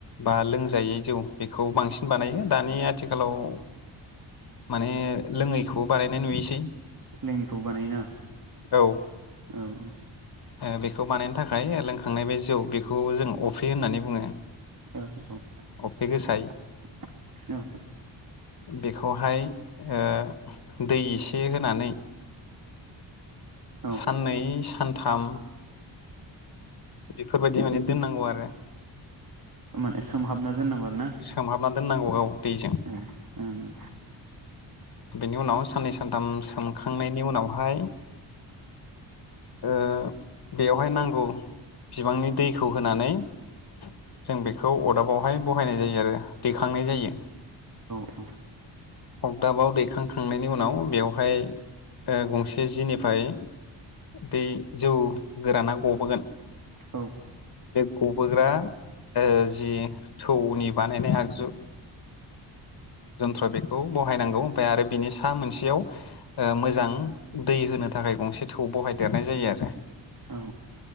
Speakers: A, on the left; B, on the right.
A: बा लोंजायै जौ बेखौ बांसिन बानायो। दानि आथिखालाव माने लोङैखौबो बानायनाय नुयोसै।
B: लों‌यिखौ बानायोना
A: औ
B: आं औ।
A: ओ बेखौ बानायनो थाखाय लोंखांनाय बे जौ बेखौ जों अफ्रि होननानै बुङो।
B: औ औ
A: अफ्रि गोसाय
B: औ गिदों।
A: बेखौहाय ओ दै एसे होनानै
B: औ
A: साननै सा नथाम बेफोरबायदि माने दोननांगौ आरो।
B: मोन सोमहाबना दोन नांगौ आरो ना।
A: सोमहाबना दोननांगौ औ दैजों
B: ओ ओ
A: बेनि उनाव साननै सानथाम सोमखांनायनि उनावहाय ओ बेयावहाय नांगौ बिबांनि दैखौ होनानै जों बेखौ अरदाबावहाय बहायनाय जायो आरो दैखांनाय जायो।
B: आ
A: दाबाव दैखांखांनायनि उनाव बेवहाय ओ गंसे जिनिफ्राय दै जौ गोराना गबोगोन।
B: औ
A: बे गबोग्रा ओ जि थौनि बानायनाय आगजु जन्थ्र बेखौ ब हायनांगौ ओमफ्राय आरो बिनि सा मोनसेयाव ओ मोजां दै होनो थाखाय गंसे थौ बहाय देरनाय जायो आरो
B: औ